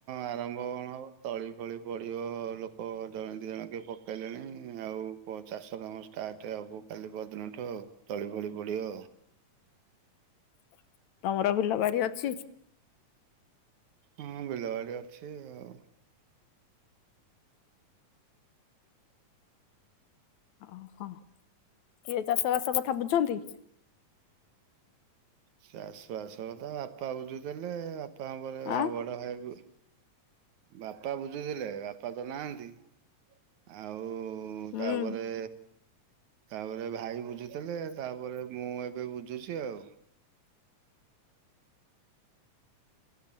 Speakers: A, on the right; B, on the left.
A: ଆରମ୍ଭ କଣ ହବ ତଳି ଫଳି ପଡିବ ଲୋକ୍ ଲୋକ ଜଣେ ଦି ଜଣ କିଏ ପକେଇଲେଣି, ଆଉ ପ ଚାଷ କାମ ଷ୍ଟାର୍ଟ ହବ କାଲି ପଅର ଦିନ ଠୁ ଆଉ ତଳି ଫଳି ପଡ଼ିବ।
B: ତମର ବିଲବାଡ଼ି ଅଛି?
A: ହଁ ବିଲବାଡ଼ି ଅଛି ଆଉ
B: ଓହୋ, କିଏ ଚାଷ ବାସ କଥା ବୁଝନ୍ତି?
A: ଚାଷ ବାସ କଥା ବାପା ବୁଝୁଥେଲେ ବାପ୍ ବାପାଙ୍କ ପରେ ଭା
B: ଆଁ
A: ବଡ ଭାଇ ବି ବାପା ବୁଝୁଥିଲେ ବାପା ତ ନାହାଁନ୍ତି। ଆଉ
B: ହୁଁ
A: ତାପରେ ତାପରେ ଭାଇ ବୁଝୁଥିଲେ ତାପରେ ମୁଁ ଏବେ ବୁଝୁଛି ଆଉ।